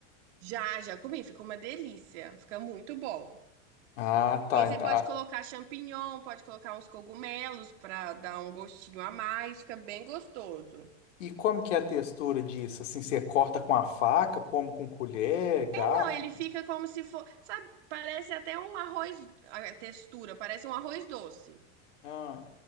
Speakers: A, on the right; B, on the left.
A: Já, já comi, fica uma delícia. Fica muito bom.
B: Ah, tá.
A: E aí
B: então,
A: você pode
B: ah.
A: colocar champignon, pode colocar uns cogumelos pra dar um gostinho a mais, fica bem gostoso.
B: E como que é a textura disso? Assim, você corta com a faca, come com colher, garfo?
A: É, não, ele fica como se for, sabe, parece até um arroz, a textura, parece um arroz doce,
B: Ah,